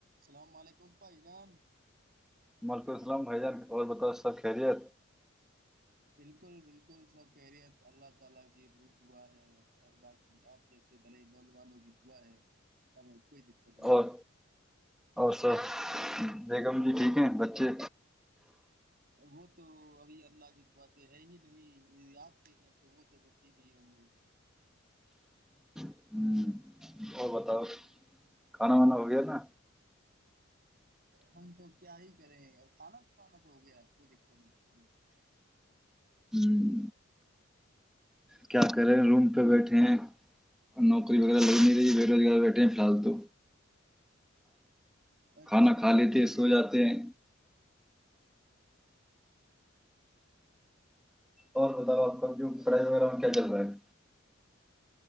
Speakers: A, on the right; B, in the centre.
A: اللام علیکم بھائی جان
B: وعلیکم السلام بھائی جان اور بتاؤ سب خیریت
A: <inaudible>
B: اور اور سر بیگم جی ٹھیک ہیں بچے
A: وہ تو ابھی اللہ کی پاس ہے ہی نہیں آپ کے ہیں تو وہ تو پھر ٹھیک ہی ہوں گے
B: ہوں، اور بتاؤ کھانا وانا ہو گیا نا
A: ہم تو کیا ہی کریں اور کھانا پانا تو ہو گیا کوئی دقت نہیں اس میں
B: ہوں، کیا کہ رہے ہیں روم پہ بیٹھے ہیں نوکری وغیرہ لگ نہیں رہی بے روزگار بیٹھے ہیں فی الحال تو
A: اچھا
B: کھانا کھا
A: جی
B: لیتے
A: ارے
B: ہیں سو جاتے ہیں اور بتاؤ آپ جو پڑائی وغیرہ کیا چل رہا ہے